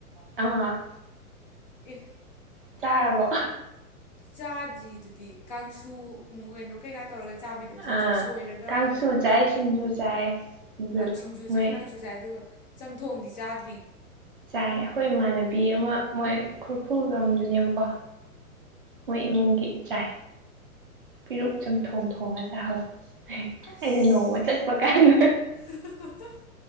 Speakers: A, on the right (about 40°); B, on the left (about 30°).
A: ꯑꯥ
B: ꯑꯦ
A: ꯆꯥꯔꯕꯣ
B: ꯆꯥꯗ꯭ꯔꯤꯗꯨꯗꯤ ꯀꯥꯡꯁꯨ ꯀꯩꯅꯣ ꯀꯩꯀꯥ ꯇꯧꯔꯒ ꯆꯥꯕꯤꯗꯣ ꯑꯗꯨꯗꯤ
A: ꯑꯥ
B: ꯆꯥꯏ ꯁꯣꯏꯔꯒ
A: ꯀꯥꯡꯁꯨ ꯆꯥꯏ
B: ꯐꯨꯠ
A: ꯁꯤꯡꯖꯨ ꯆꯥꯏ ꯑꯗꯨ
B: ꯁꯤꯡꯖꯨ
A: ꯃꯣꯏ
B: ꯆꯥꯏ ꯀꯥꯡꯁꯨ ꯆꯥꯏ ꯑꯗꯨꯒ ꯆꯝꯊꯣꯡꯗꯤ ꯆꯥꯗꯦ
A: ꯆꯥꯏ ꯑꯩꯈꯣꯏ ꯏꯃꯥꯟꯅꯕꯤ ꯑꯃ ꯃꯣꯏ ꯈꯨꯔꯈꯨꯜ ꯂꯝꯗꯨꯅꯦꯕꯀꯣ ꯃꯣꯏ ꯏꯃꯨꯡꯒꯤ ꯏꯆꯥꯏ ꯄꯤꯔꯨꯛ ꯆꯝꯊꯣꯡ ꯊꯣꯡꯉ ꯆꯥꯍꯧꯋꯤ
B: ꯑꯁ
A: ꯑꯩꯅ ꯅꯣꯡꯃ ꯆꯠꯄ ꯀꯥꯟꯗ
B: <unintelligible>